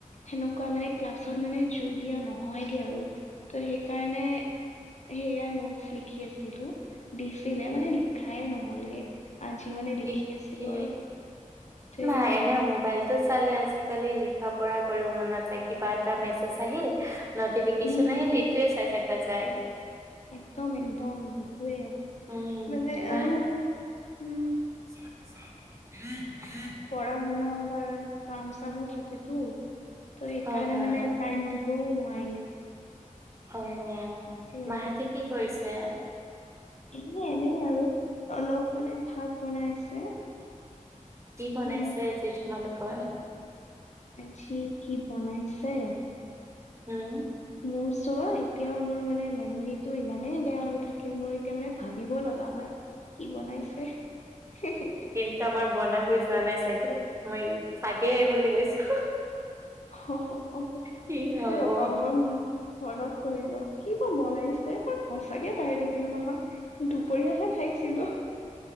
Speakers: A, on the left; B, on the right.
A: সেনেকুৱা মানে ক্লাছত মানে জোৰ দিয়া নহয়গে আৰু, ত' সেইকাৰণে এ, সেয়া নোটচ লিখি আছিলোঁ দিছিলে মানে লিখাই নহ'লগে। আজি মানে লিখি
B: ঠিকে
A: আছিলো আৰু তে
B: ভা এনেওঁ মোবাইল টোচালে আজিকালি লিখা-পঢ়া কৰিব মন নযায়, কিবা এটা মেছেজ আহিল নটিফিকেচন
A: উম
B: আহিল সেইটোৱে চাই থাকা যায়।
A: একদম, একদম সেইটোৱে
B: উম
A: মানে
B: মাহ
A: আৰু উম,
B: <inaudible>
A: পঢ়া-শুনাওঁ বাৰ কাম-চামো থাকেতো ত' সেইকাৰণে
B: হয় হয়
A: মানে টাইমটো <unintelligible> নোৱাৰি।
B: হয় অ'
A: তে
B: মাহঁতে কি কৰিছে?
A: <unintelligible> এনে আৰু অলপ মানে ভাত বনাইছে।
B: কি বনাইছে
A: নাই নাই
B: আজি তোমালোকৰ?
A: আজি কি বনাইছে
B: উম,
A: মোৰ চোৱা এতিয়াওঁ মোৰ মানে মেমৰিটো ইমানে বেয়া হৈ থাকিল মোৰ এতিয়া মানে ভাবিব লগা হয় কি বনাইছে।
B: তে আমাৰ বনাবৈ যোৱা নাই চাগে, মই চাগেহে বুলি কৈছো।
A: <unintelligible>
B: কি হব
A: ৰ'বা মই মনত কৰি লওঁ কি বা বনাইছে মই সঁচাকে পাহৰি থাকিলোঁ নহয়। দুপৰীয়াহে খাইছিলোঁ।